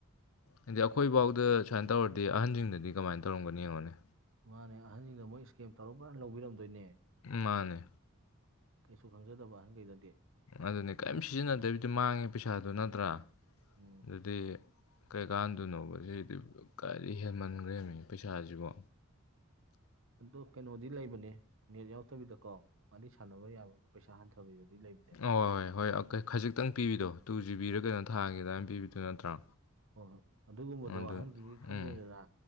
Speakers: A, on the left (about 80°); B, on the right (about 65°).
A: ꯍꯥꯏꯗꯤ ꯑꯩꯈꯣꯏꯐꯥꯎꯗ ꯁꯨꯃꯥꯏꯅ ꯇꯧꯔꯗꯤ ꯑꯍꯟꯁꯤꯡꯗꯗꯤ ꯀꯃꯥꯏꯅ ꯇꯧꯔꯝꯒꯅꯤ ꯌꯦꯡꯉꯣꯅꯤ
B: ꯃꯥꯅꯦ ꯑꯍꯟꯁꯤꯡꯅ ꯃꯣꯏ ꯏꯁꯀꯦꯝ ꯇꯧꯔꯄ꯭ꯔꯥꯅ ꯂꯧꯕꯤꯔꯝꯗꯣꯏꯅꯦ
A: ꯃꯥꯅꯦ
B: ꯀꯩꯁꯨ ꯈꯪꯖꯗꯕ ꯑꯍꯟꯒꯩꯗꯗꯤ
A: ꯑꯗꯨꯅꯦ ꯀꯔꯤꯝ ꯁꯤꯖꯤꯟꯅꯗꯕꯤꯗꯨ ꯃꯥꯡꯉꯦ ꯄꯩꯁꯥꯗꯨꯣ ꯅꯠꯇ꯭ꯔꯥ
B: ꯎꯝ
A: ꯑꯗꯨꯗꯤ ꯀꯩꯀꯥꯟꯗꯣꯏꯅꯣꯕ ꯁꯤꯗꯤ ꯀꯥꯏꯗꯤ ꯍꯦꯟꯃꯟꯈ꯭ꯔꯦꯃꯤ ꯄꯩꯁꯥꯁꯤꯕꯣ
B: ꯑꯗꯨꯗꯣ ꯀꯩꯅꯣꯗꯤ ꯂꯩꯕꯅꯦ ꯅꯦꯠ ꯌꯥꯎꯗꯕꯤꯗꯀꯣ ꯋꯥꯔꯤꯔꯤ ꯁꯥꯟꯅꯕ ꯌꯥꯕꯒꯤ ꯄꯩꯁꯥ ꯍꯟꯊꯕꯤꯗꯗꯤ ꯂꯩꯕꯅꯤ
A: ꯍ ꯍꯣꯏ ꯍꯣꯏ ꯍꯣꯏ ꯈꯖꯤꯛꯇꯪ ꯄꯤꯕꯤꯗꯣ ꯇꯨ ꯖꯤꯕꯤꯔ ꯀꯩꯅꯣ ꯊꯥꯒꯦ ꯑꯗꯨꯃꯥꯏꯅ ꯄꯤꯕꯤꯗꯣ ꯅꯠꯇ꯭ꯔꯣ
B: ꯍꯣꯏ ꯍꯣꯏ ꯑꯗꯨꯒꯨꯝꯕꯗꯣ
A: ꯑꯗꯨ
B: ꯑꯍꯪꯁꯤꯒꯤ ꯈꯪꯗꯦꯗꯔ
A: ꯎꯝ